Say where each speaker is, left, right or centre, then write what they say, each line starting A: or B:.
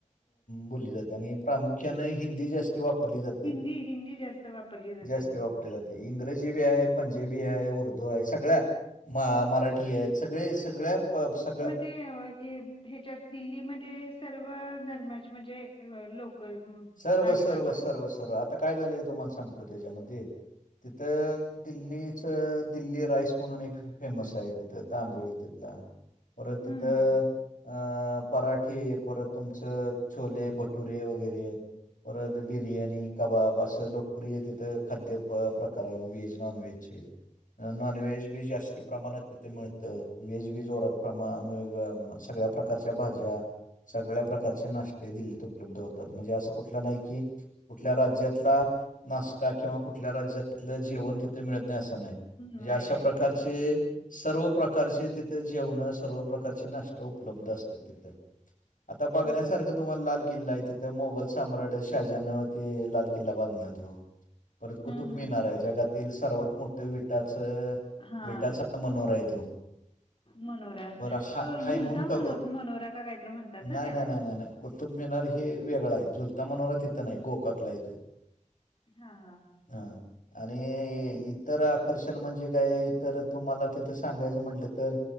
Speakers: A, on the left (about 85°); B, on the left (about 40°).
A: बोलली जाते आणि प्रामुख्यानं हिंदी जास्ती वापरली जाते.
B: ही हिंदी जास्त वापरली जाते.
A: जास्ती वापरली जाते. इंग्रजी बी यं, पंजाबी यं उर्दू यं सगळ्या म मराठी आहे सगळे, सगळ्या प सगळ्या
B: ते ह्याच्यात, दिल्लीमध्ये सर्व धर्माचे म्हणजे लोक हं,
A: सर्व,
B: आहेत
A: सर्व,
B: वाटतं.
A: सर्व, सर्व. आता काय झालंय तुम्हाला सांगतो त्याच्यामध्ये तिथं दिल्लीचं, दिल्ली राईस म्हणून एक फेमस आहे तिथं, तांदूळयं तिथला. परत तिथं
B: हं, हं, हं.
A: अ पराठे, परत तुमचं छोले भटुरे वगैरे परत बिर्याणी, कबाब असं लोकप्रिय तिथं खाद्य प्रकारयं वेज नॉनवेजचे. नॉनवेज बी जास्ती प्रमाणात तिथे मिळतं. व्हेज बी जोरात प्रमा, मूळव्या सगळ्या प्रकारच्या भाज्या, सगळ्या प्र कारचे नाश्ते दिल्लीत उपलब्ध होतात म्हणजे असं कुठलं नाही की कुठल्या राज्यातला नाश्ता किंवा कुठल्या राज्यातलं जेवण तिथं मिळत नाही असं नाही.
B: नाही,
A: अशा
B: नाही,
A: प्रकारचे
B: नाही. हां.
A: सर्व प्रकारचे तिथे जेवणं, सर्व प्रकारचे नाश्ता उपलब्ध असतात तिथे. आता बघण्यासारखं
B: हं, हं, हं.
A: तुम्हाला लाल किल्लायं तिथं मोबाईल मंग शहाजहानं ते लाल किल्ला बांधला त्यो. परत कुतुब
B: हं, हं,
A: मिनारयं,
B: हं, हं.
A: जगातील सर्वात मोठं विटाचं
B: हां,
A: विटाचा मनोराय तो.
B: मनोरा.
A: बरं हा
B: तो
A: हायमून
B: झुलता
A: कब.
B: मनो मनोरा का काहीतरी म्हणतात ना
A: नाय
B: त्याला?
A: नाय नाय नाय नाय. कुतुबमिनार हे वेगळायं. झुलता मनोरा तिथं नाय. गोकातलाय तो.
B: हा हा हा.
A: हा. आणि इतर आकर्षण म्हणजे काय. तर तुम्हाला तिथं सांगायचं म्हटलं तर